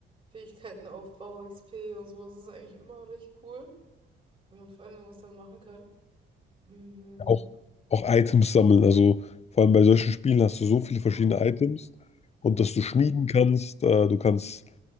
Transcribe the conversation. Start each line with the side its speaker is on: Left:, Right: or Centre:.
Right: Fähigkeitenaufbau, XP und sowas ist eigentlich immer recht cool, wenn man vor allem irgendwas dann machen kann. Mhm.
Left: Auch, auch Items sammeln, also vor allem bei solchen Spielen hast du so viele
Right: Oh,
Left: verschiedene Items und
Right: Ja,
Left: dass du schmieden kannst, äh, du kannst